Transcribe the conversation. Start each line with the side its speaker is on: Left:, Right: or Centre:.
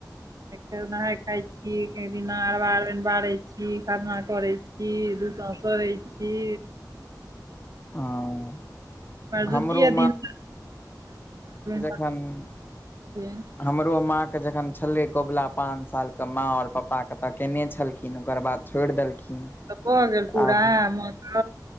Right: नहाय खाय छी एक दिना अरबा अरइनि बारै छी खरना करैत छी दु साँझ सहै छी
Left: हँ
Right: भरदुतिया
Left: हमरो
Right: दिन <unintelligible>
Left: हँ <unintelligible>
Right: त <inaudible>
Left: हमरो माँके जखन छलै कबुला पाँच सालके माँ आओर पपापाकेँ तऽ कयने छलखिन ओकर बाद छोड़ि देलखिन
Right: भऽ गेल पूरा
Left: आब
Right: मक्क